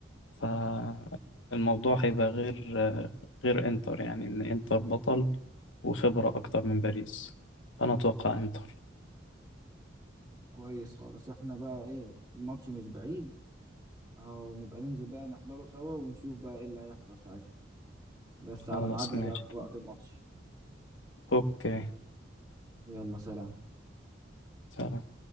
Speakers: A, on the left; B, on the right.
A: فالموضوع هيبقى غير غير انتر يعني ان انتر بطل وخبرة اكتر من باريس فانا اتوقع انتر
B: كويس خالص احنا بقى ايه الماتش مش بعيد اهو نبقى ننزل بقى نحضره سوا ونشوف بقى ايه اللي هيحصل ساعتها بس
A: خلاص
B: على ميعادنا
A: ماشي
B: بقى في وقت الماتش
A: اوكي
B: يلا سلام
A: سلام